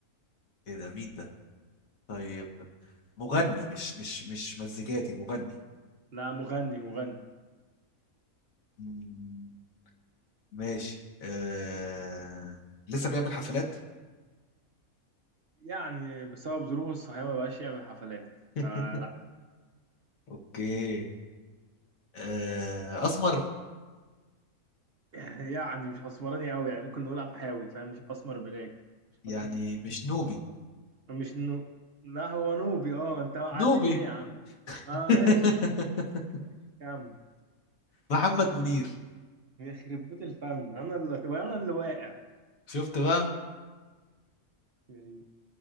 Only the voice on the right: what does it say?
لا مغني مغني
يعني بسبب ظروفه الصحية ما بقاش يعمل حفلات
فلا
<laughs> يعني مش اسمراني قوي يعني ممكن نقول امحاوي فاهم مش اسمر بلاك مش
اسمر بلاك
مش نو لا هو نوبي اه انت وقعتني
ليه يا عم اه
ماشي ماشي كمل
يخرب بيت الفن انا اللي تبقى انا اللي واقع
يعني